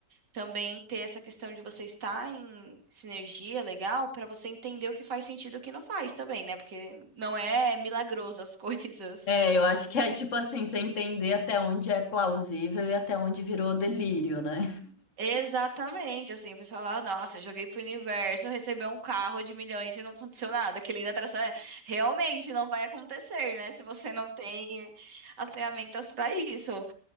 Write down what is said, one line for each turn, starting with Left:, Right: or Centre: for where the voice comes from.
Right: também ter essa questão de você estar em sinergia legal pra você entender o que faz sentido e o que não faz também, né? Porque não é milagroso as <laughs> coisas.
Left: É, eu acho que é tipo assim, você entender até onde é plausível e até onde virou delírio, né?
Right: Exatamente, assim, o pessoal fala, nossa, eu joguei pro universo, recebeu um carro de milhões e não aconteceu nada. Que lei da atração é, realmente não vai acontecer, né? Se você não tem as ferramentas pra isso.